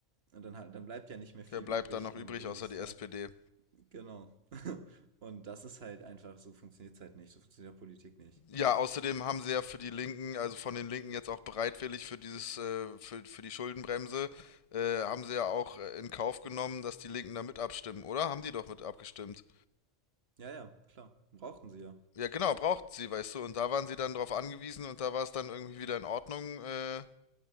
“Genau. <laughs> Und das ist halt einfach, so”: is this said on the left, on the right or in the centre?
Right